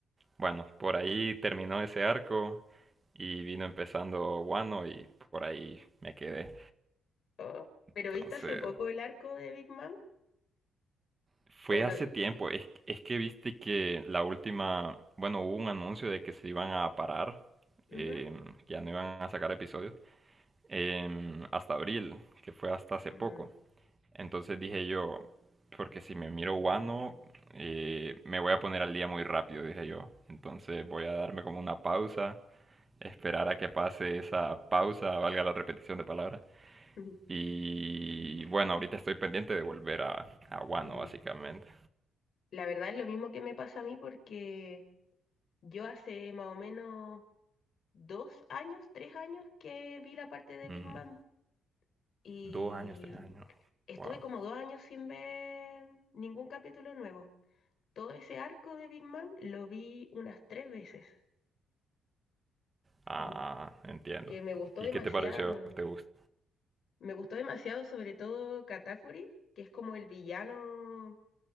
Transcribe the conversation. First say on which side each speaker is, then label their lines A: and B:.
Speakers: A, on the right (about 30°); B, on the left (about 60°).
A: Bueno, por ahí terminó ese arco y vino empezando Wano y por ahí me quedé.
B: Oh, ¿Pero
A: Entonces,
B: viste hace poco el arco de Big Mom?
A: fue
B: ¿O lo
A: hace
B: vi?
A: tiempo. Es, es que viste que la última, bueno, hubo un anuncio de que se iban a parar,
B: Ujú.
A: eh, que ya no iban a sacar episodios, em, hasta abril, que fue hasta hace
B: Mm,
A: poco. Entonces dije yo, porque si me miro Wano, eh, me voy a poner al día muy rápido, dije yo. Entonces voy a darme como una pausa, esperar a que pase esa pausa, valga la repetición de palabras.
B: ujú,
A: Y bueno, ahorita estoy pendiente de volver a, a Wano,
B: mm.
A: básicamente.
B: La verdad es lo mismo que me pasa a mí porque yo hace más o menos dos años, tres años que vi la parte de
A: Mm,
B: Big Mom y
A: dos años, tres años.
B: estuve
A: Wow.
B: como dos años sin ver ningún capítulo nuevo. Todo ese arco de Big Mom lo vi unas tres veces,
A: Ah,
B: sí,
A: ah, ah, entiendo.
B: que me gustó
A: ¿Y
B: demasiado.
A: qué te pareció? ¿Te gustó?
B: Me gustó demasiado sobre todo Katakuri, que es como el villano